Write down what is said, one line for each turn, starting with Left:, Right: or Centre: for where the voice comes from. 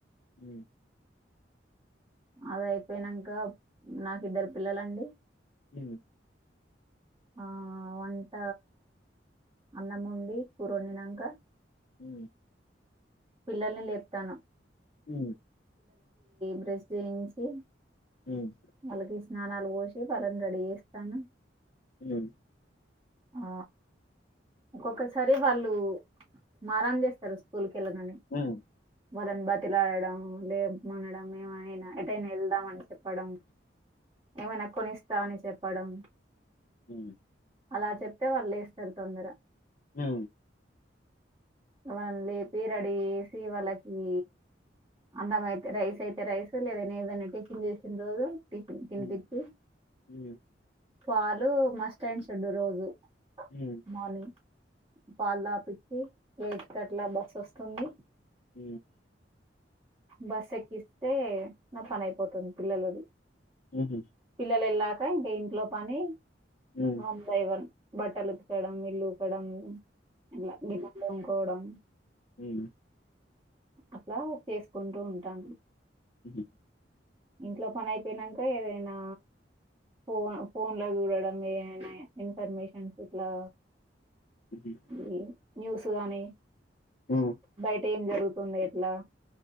Left: హ
Right: అద అయిపోయినాక నాకుద్దరు పిల్లలండి
Left: అ
Right: ఆ వంట అన్నం ఉండి కూరొనినాక
Left: హ
Right: పిల్లల్ని లేపుతాను
Left: అ
Right: బ్రశించంచి
Left: హ్మ్.
Right: అలాగే స్నానాలు పోసి వాళ్ళని రెడీ చేస్తాను
Left: లే
Right: ఆ ఒక్కొక్కసారి వాళ్ళు మారాన్ చేస్తారు స్కూల్ కల ననే
Left: హ్మ్.
Right: వొదని బతిలాడడం లే మనడం ఏమైనా ఎటైనా వెళ్దాం కష్టప్పడం ఏమైనా కొనిస్తా అని చెప్పడం
Left: అ
Right: అలా చెప్తే వాళ్ళు వస్తారు తొందర
Left: హ
Right: మనల్ పేరడేసి వాళ్ళకి అన్నం అయితే రైస్ అయితే రైస్ లేదైనా ఏదైనా టిచిన్ చేసిన రోజు టిఫన్ తినిపిచ్చు
Left: హ్మ్. హ్మ్.
Right: పాలు మస్ట్ అయిన చడు రోజు
Left: హ్మ్. హ్మ్.
Right: మని పాలా పిచ్చి ఇ ఇట్కట్లా బస్స్త తొమ్మిది
Left: ఊ
Right: బస్ ఎక్కిస్తే నా పని అయిపోతుంది పిల్లలను
Left: హుహు.
Right: పిల్లలు ఎల్లాక ఇంకా ఇంట్లో పని
Left: హ్మ్.
Right: వన్ బై వన్ బట్టలు ఉతకడం ఇల్లు ఊకడం ఇలా గిలా కోవడం
Left: ఉహు
Right: అట్లా చేసుకుంటూ ఉంటాను
Left: ఉహు
Right: ఇంట్లో పని అయిపోయినంక ఏదైనా ఫోన్ ఫోన్ లో చూడడం ఏదైనా ఇన్ఫర్మేషన్స్ ఇట్లా
Left: హుహు.
Right: న్యూస్ న్యూస్ గాని
Left: హ్మ్.
Right: బయట ఏం జరుగు జరుగుతుందో ఎట్లా